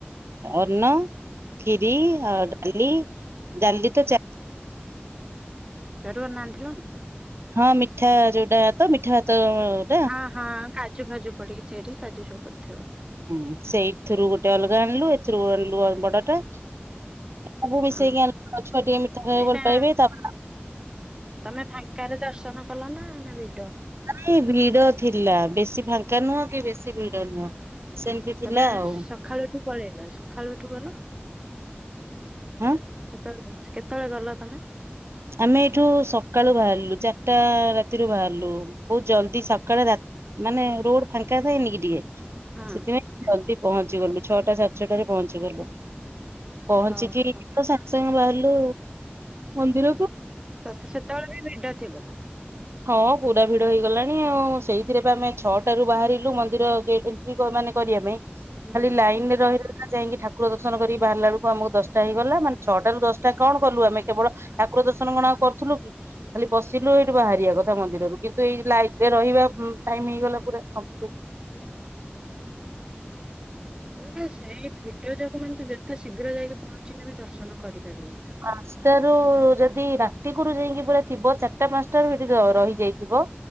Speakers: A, on the right; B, on the right.
A: ଅନ୍ନ ଖିରି ଆଉ ଡାଲି ଡାଲି ତ ଚା
B: ଚରୁଆର <unintelligible> ନାଣିଥିଲୁ ନା
A: ହଁ ମିଠା ଯୋଉଟା ତ ମିଠା ଭାତ ତ
B: ହଁ ହଁ କାଜୁ କାଜୁ ପଡିକି ଚେରି କାଜୁ ସବୁ ପଡିଥିବ।
A: ହୁଁ ସେଇଥିରୁ ଗୋଟେ ଅଲଗା ଆଣିଲୁ ଏଥିରୁ ଆଣିଲୁ ବଡ ଟା। ସବୁ ମିଶେଇକି
B: ହଁ।
A: ଅନିଲୁ ଛୁଆ ଟିକେ ମିଠା ଖାଇବେ
B: ଏଇନା
A: ପାଇଁ ଭଲ ପାଇବେ ତା
B: ତମେ ଫାଙ୍କାରେ ଦର୍ଶନ କଲ ନା ନା ବିଡ
A: ନାଇଁ ଭିଡ ଥିଲା ବେଶୀ ଫାଙ୍କା ନୁହଁ କି ବେଶୀ ଭିଡ ନୁହଁ। ସେମିତି ଥିଲା
B: ତମେ
A: ଆଉ
B: ସକାଳୁଠୁ ପଳେଇଲ ସକାଳୁ ଏଠୁ ଗଲ ସେତେବେଳେ
A: ହଁ
B: କେତେବେଳେ ଗଲ ତମେ?
A: ଆମେ ଏଇଠୁ ସକାଳୁ ବାହାରିଲୁ ଚାରିଟା ରାତିରୁ ବାହାରିଲୁ ବହୁତ ଜଲ୍ଦି ସକାଳ ରା ମାନେ ରୋଡ ଫାଙ୍କା ଥଏନି କି ଟିକେ।
B: ହଁ
A: ସେଥିପାଇଁ ଜଲଦି ପହଞ୍ଚି ଗଲୁ ଛଅଟା ସାତ ଛଟାରେ ପହଞ୍ଚି ଗଲୁ। ପହଞ୍ଚିକି
B: ହଁ
A: ତ ସାଙ୍ଗେ ସାଙ୍ଗେ ବାହାରିଲୁ ମନ୍ଦିର।
B: ତ ସେତେବେଳେ ବି ଭିଡ ଥିବ।
A: ହଁ ପୁରା ଭିଡ ହେଇଗଲାଣି ଆଉ ସେଇଥିରେ ବି ଆମେ ଛଅଟାରୁୁ ବାହାରିଲୁ ମନ୍ଦିର ଯିବ ମାନେ କରିବା ପାଇଁ
B: ହୁଁ।
A: ଖାଲି ଲାଇନ୍ ରେ ରହିଲେ ସିନା ଯାଇକି ଠାକୁ ଠାକୁର ଦର୍ଶନ କରି ବାହାରିଲା ବଳକୁ ଆମକୁ ଦଶ୍ ଟା ହେଇଗଲା ମାନେ ଛଅଟାରୁୁ ଦଶ୍ ଟା କଣ କଲୁ ଆମେ କେବଳ ଠାକୁର ଦର୍ଶନ କଣ ଆଉ କରୁଥିଲୁ କି ଖାଲି ପଶିଲୁ ଏଇଠୁ ବାହାରି ଯିବାକଥା ମନ୍ଦିର ରୁ କିନ୍ତୁ ଏଇ ଲାଇନ୍ ରେ ରହିବା ଟାଇମ୍ ହେଇଗଲା ପୁରା କପ୍ଲିଟି
B: ହ ହିଁ। ଏ ସେଇ ଭିଡ଼ ଯୋଗୁ ମାନେ ତୁ ଯେତେ ଶୀଘ୍ର ଯାଇକି ପହଞ୍ଚିବେ ବି ଦର୍ଶନ କରିପାରିବୁ।
A: ପାଞ୍ଚଟାରୁ ଯଦି ରାତିକରୁ ଯାଇକି ପୁରା ଥିବ ଚାରିଟା ପାଞ୍ଚଟା ରୁ ସେଠି ର- ରହିଯାଇଥିବ